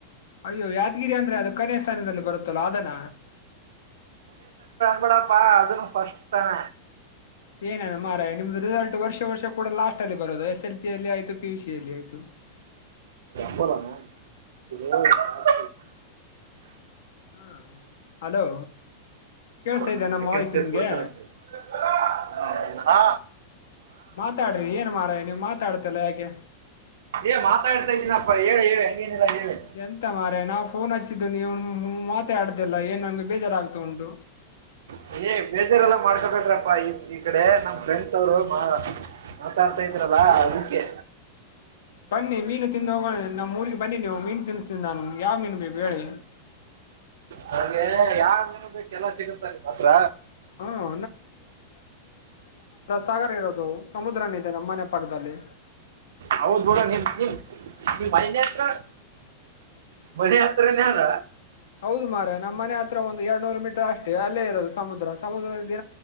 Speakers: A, on the left; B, on the right.
A: ಅಯ್ಯೋ ಯಾದ್ಗಿರಿ ಅಂದ್ರೆ ಅದು ಕನ್ಯ ಸ್ಥಾನದಲ್ಲಿ ಬರುತ್ತಲ್ಲ ಅದನ
B: ಬಡಪ್ಪಾ ಅದನ್ನು ಫಸ್ಟ್ ತಾನ
A: ಏನ ನ ಮಾರ ನಿಮ್ದ ರಿಸಲ್ಟ್ ವರ್ಷ ವರ್ಷ ಕೂಡ ಲಾಸ್ಟ್ ಅಲ್ಲಿ ಬರೋದು ಎಸ್ ಎಲ್ಸಲ್ಲಿ ಆಯ್ತು ಪಿಯುಸಿ ಯಲ್ಲಿ ಆಯ್ತು
B: ಅಪ್ಪಡಡ <unintelligible> ಒಬರಿಗೆವತ್ತ
A: ಹಾ ಹಲೋ ಕೇಳ್ಸ
B: ಕೊ
A: ಇದ್ದ ನಮ್ಮ
B: ಸೆಕೆಂಡ್
A: ವಾಯ್ಸ್
B: ಪ್ಲೇಸ್
A: ನಿಮ್ಗೆ
B: ಕೊಡ್ತಾರೆ ಅಂತ ಹೇ ಹ್ಮ ಹಾ
A: ಮಾತಾಡ್ರಿ ಏನ್ ಮಾರ ನೀವ್ ಮಾತಾಡ್ತಲ್ಲ ಯಾಕೆ
B: ಏ ಮಾತಾಡ್ತಾ ಇದ್ದೀನಪ್ಪ ಹೇಳ ಹೇಳಿ ಹೆಂಗೇನಿಲ್ಲ ಹೇಳಿ
A: ಎಂತ ಮಾರಾಯ ನಾವು ಫೋನ್ ಹಚ್ಚಿದ್ದು ನೀವ ಮಾತಾ ಆಡ್ತಾಲ್ಲ ಏನ್ ನಂಗೆ ಬೇಜಾರಾಗ್ತಾ ಉಂಟು
B: ಹ ಏ ಬೇಜಾರ್ ಎಲ್ಲ ಮಾಡ್ಕೊಬೇಡ್ರಪ್ಪಾ ಈ ಕಡೆ ನಮ್ ಫ್ರೆಂಡ್ಸ್ ಅವ್ರು ಮಾತಾಡ್ತಾ ಇದ್ರ ಹಾ ಅದಕ್ಕೆ
A: ಬನ್ನಿ ಮೀನು ತಿಂದು ಹೋಗೋಣ ನಮ್ ಊರಿಗೆ ಬನ್ನಿ ನೀವು ಮೀನು ತಿನ್ನಿಸ್ತೀನಿ ನಾನು ನಿಮಗೆ ಯಾವ್ ಮೀನು ಬೇಕು ಹೇಳಿ
B: ನಂಗೆ ಯಾವ ಮೇನುೂ ಬೇಕ ಎಲ್ಲ ಸಿಗುತ್ತ ನಿಮ್ಮ ಹತ್ರ
A: ಹ್ಮ್ ಸಾಗರ್ ಇರೋದು ಸಮುದ್ರನಿದೆ ನಮ್ಮ ಮನೆ ಪಕ್ಕದಲ್ಲಿ
B: ಹೌದು ಬೂಡ ನಿ ನೀ ಈ ಮನತ್ರ ಮನೆ ಹತ್ರ ನದ
A: ಹೌದು ಮಾರ ನಮ್ಮನೆ ಹತ್ರ ಒಂದು ಎರಡ್ ನೂರು ಮೀಟರ್ ಅಷ್ಟೇ ಅಲ್ಲೇ ಇರೋದು ಸಮುದ್ರ ಸಮುದ್ರದಲ್ಲಿ